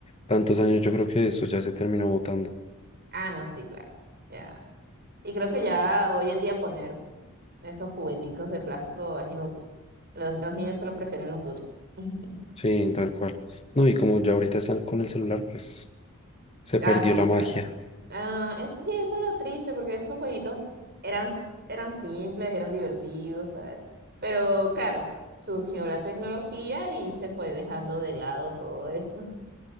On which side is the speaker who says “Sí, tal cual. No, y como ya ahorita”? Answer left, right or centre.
Left